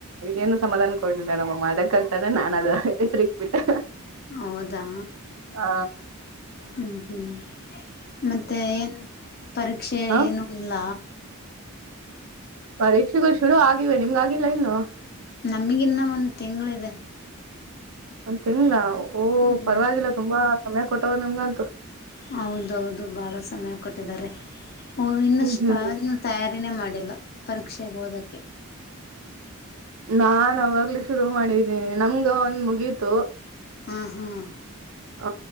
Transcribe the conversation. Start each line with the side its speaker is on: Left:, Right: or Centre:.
Right: ಏನು ಸಮಾಧಾನ ಕೊಡ್ಲಿಲ್ಲ ನಮ್ಮಮ್ಮ ಅದಕ್ಕಂತಾನೆ ನಾನ್ ಅದ ಹೆಸರಿಕ್ಬಿಟ್ಟೆ.
Left: ಹೌದಾ
Right: ಆ
Left: ಹ್ಮ್ ಹ್ಮ್. ಮತ್ತೆ ಏನ್ ಪರೀಕ್ಷೆ
Right: ಹ
Left: ಏನು ಇಲ್ಲ?
Right: ಪರೀಕ್ಷೆಗಳು ಶುರು ಆಗಿವೆ ನಿಮ್ದು ಆಗಿಲ್ಲ ಇನ್ನು.
Left: ನಮಗಿನ್ನ ಒಂದು ತಿಂಗಳಿದೆ
Right: ಒಂದ ತಿಂಗಳ ಓ
Left: ಹ್ಮ್
Right: ಪರವಾಗಿಲ್ಲ ತುಂಬಾ ಸಮಯ ಕೊಟ್ಟವ್ರೇ ನಮ್ಗಂತೂ
Left: ಹೌದೌದು ಬಹಳ ಸಮಯ ಕೊಟ್ಟಿದ್ದಾರೆ ಇನ್ನಷ್ಟನ್ನು
Right: ಹ್ಮ್ ಹ್ಮ್
Left: ತಯಾರಿನೇ ಮಾಡಿ ಇಲ್ಲ ಪರೀಕ್ಷೆಗೆ ಓದಕ್ಕೆೆ.
Right: ನಾನ ಆವಾಗ್ಲಿ ಶುರು ಮಾಡಿದೀನಿ ನಮ್ಗ ಒಂದ್ ಮುಗೀತು.
Left: ಹ್ಮ ಹ್ಮ್
Right: ಹ